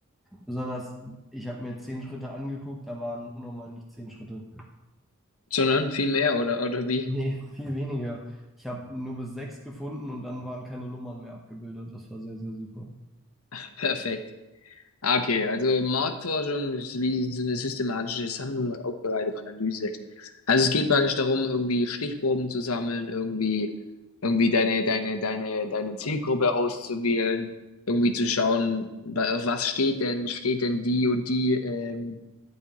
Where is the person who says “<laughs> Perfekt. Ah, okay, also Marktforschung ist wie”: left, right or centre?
Left